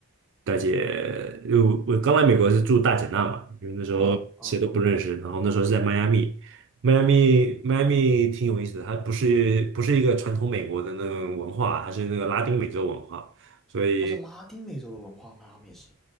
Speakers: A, on the right (about 55°); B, in the centre.
A: 大姐，因为我我刚来美国是住大姐那嘛，因为那时候谁都不认识，
B: 嗯嗯，
A: 然后那时候是在迈阿密。迈阿密，迈阿密挺有意思的，它不是不是一个传统美国的那种文化，它是那个拉丁美洲文化，所以
B: 它是拉丁美洲的文化，迈阿密是。